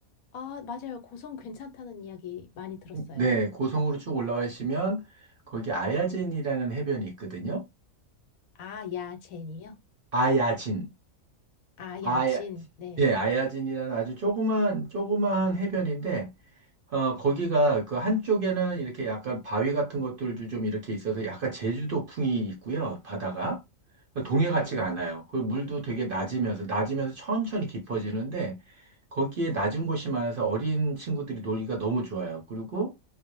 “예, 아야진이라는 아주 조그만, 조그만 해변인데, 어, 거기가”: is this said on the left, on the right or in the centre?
Right